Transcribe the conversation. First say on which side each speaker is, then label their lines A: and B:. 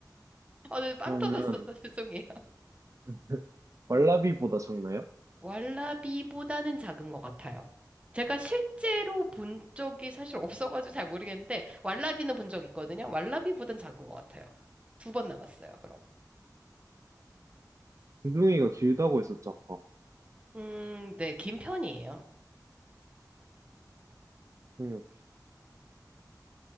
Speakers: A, on the right; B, on the right.
A: 오늘 빵
B: 그러면
A: 터졌어. <laughs> 죄송해요.
B: <laughs> 왈라비보다
A: 음.
B: 작나요?
A: 왈라비보다는 작은 것 같아요. 제가 실제로 본 적이 사실 없어가지고 잘 모르겠는데 왈라비는 본 적 있거든요. 왈라비보단 작은 것 같아요. 두 번 남았어요. 그럼.
B: 두둥이가 길다고 했었죠, 아까.
A: 음, 네, 긴 편이에요.
B: 음,